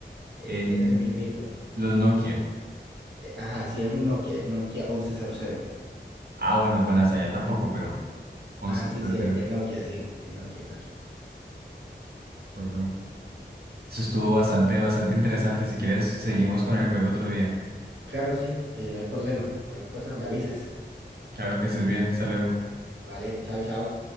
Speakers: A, on the right (about 85°); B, on the right (about 60°).
A: es
B: El-
A: ese mismito.
B: los Nokia.
A: Eh, Ajá, sí, es un Nokia, es Nokia once cero cero.
B: Ah, bueno, bueno, hasta allá tampoco, pero once
A: Ajá, sí,
B: platero.
A: sí, es Nokia, sí, es Nokia, es Nokia.
B: Bueno, eso estuvo bastante, bastante interesante. Si quieres, seguimos con el juego otro día.
A: Claro, sí, eh, no hay problema. Cualquier cosa me avisas.
B: Claro que estés bien. Hasta luego.
A: Vale, chao, chao.